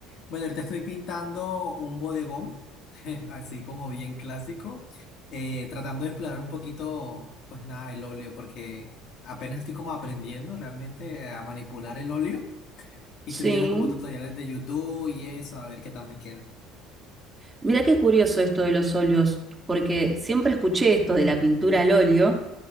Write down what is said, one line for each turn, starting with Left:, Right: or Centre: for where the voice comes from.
Left: Bueno, ahorita estoy pintando un bodegón, <laughs> así como bien clásico, eh, tratando de explorar un poquito, pues nada, el óleo, porque apenas estoy como aprendiendo realmente a manipular el óleo y
Right: Sí.
Left: estoy viendo como tutoriales de YouTube y eso, a ver qué tal me queda.
Right: Mirá qué curioso esto de los óleos, porque siempre escuché esto de la pintura al óleo